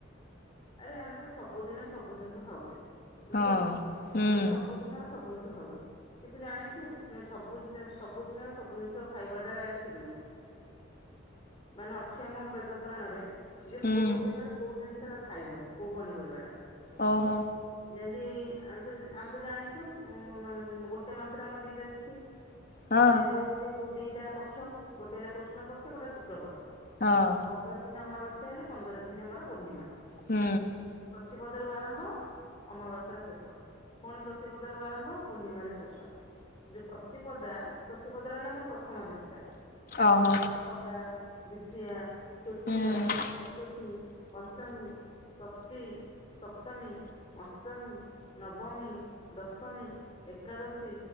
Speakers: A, on the left; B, on the left.
A: ଆରେ ଆମେ ତ ସବୁଦିନରେ ସବୁ ଜିନିଷ ଖାଉଛେ
B: ହଁ
A: ବୁଝିଲ କି
B: ହୁଁ
A: ଆମେ ସବୁଦିନର ସବୁ ଜିନିଷ ଖାଉଛେ। କିନ୍ତୁ ଜାଣିଛୁ ସବୁ ଜି ସବୁ ଦିନରେ ସବୁ ଜିନିଷ ଖାଇବା ଟା ଠିକ ନୁହେଁ। ମାନେ ଅଛି ଆମ ବେଦ ପୁରାଣରେ। ଯେ
B: ହୁଁ
A: କୋଉ ଦିନରେ କୋଉ ଜିନିଷ ଟା ଖାଇବନି କୋଉ ପନିପରିବା ଟା।
B: ଓହୋ।
A: ଯେମିତି ଆମେ ତ ଆମେ ତ ଜାଣିଛୁ ଉଁ ଗୋ ଗୋଟେ ମାସରେ ଆମର ଦିଟା ତିଥି
B: ହଁ
A: ଏ ଯୋଉ ଏଇ ଯୋଉ ଦିଟା ପକ୍ଷ ଗୋଟେ ହେଲା କୃଷ୍ଣ ପକ୍ଷ ଗୋଟେ ଶୁକ୍ଳ ପକ୍ଷ।
B: ହଁ।
A: ପନ୍ଦର ଦିନ ଅମାବାସ୍ୟା ହେଲେ ପନ୍ଦର ଦିନ ଆମର ପୂର୍ଣ୍ଣିମା।
B: ହୁଁ
A: ପ୍ରତିିପଦରୁ ଆରମ୍ଭ। ଅମାବାସ୍ୟର ଶେଷ ପୁଣି ପ୍ରତିପଦରୁ ଆରମ୍ଭ ପୂର୍ଣ୍ଣିମାର ଶେଷ। ଯୋଉ ପ୍ରତିପଦା ପ୍ରତିପଦ ର ହେଲା ଆମର ପ୍ରଥମ ତିଥିଟା।
B: ଅହ
A: ପ୍ରତିପଦା ଦ୍ଵିତୀୟ ତୃତୀୟା
B: ହୁଁ ହୁଁ
A: ଚତୁର୍ଥୀ ପଞ୍ଚମୀ। ଷଷ୍ଠୀ। ସପ୍ତମୀ ଅଷ୍ଟମୀ ନବମୀ ଦଶମୀ ଏକାଦଶ। ଶୀ